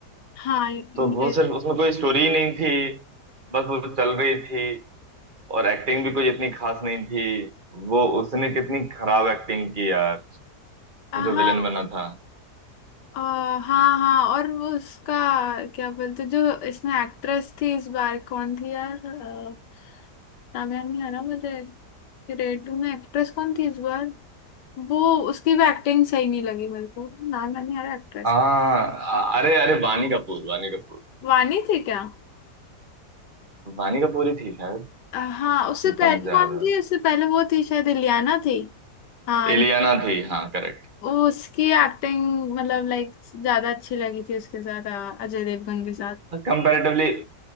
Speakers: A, on the left; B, on the right.
A: हाँ ये
B: तो वो सिर्फ उसमें कोई स्टोरी ही नहीं थी बस वो चल रही थी और एक्टिंग भी कुछ इतनी खास नहीं थी वो उसने कितनी खराब एक्टिंग की यार
A: अ,
B: वो जो
A: हाँ
B: विलन बना था
A: अ, हाँ हाँ और वो उसका क्या बोलते जो इसमें एक्ट्रेस थी इस बार कौन थी यार अ, नाम याद नहीं आ रहा मुझे रेड टू में एक्ट्रेस कौन थी इस बार वो उसकी भी एक्टिंग सही नहीं लगी मेरे को नाम याद नहीं आ रहा एक्ट्रेस
B: हाँ अरे अरे वानी कपूर वानी कपूर
A: वानी थी क्या
B: वानी कपूर ही थी शायद
A: अ, हाँ उससे
B: जितना
A: पहले
B: मुझे
A: कौन
B: याद आ
A: थी
B: रहा
A: उससे पहले वो थी शायद इलियाना थी हाँ
B: है एलियाना थी हाँ करेक्ट
A: वो उसकी एक्टिंग मतलब लाइक ज्यादा अच्छी लगी थी उसके साथ अ, अजय देवगन के साथ
B: कंपैरेटिवली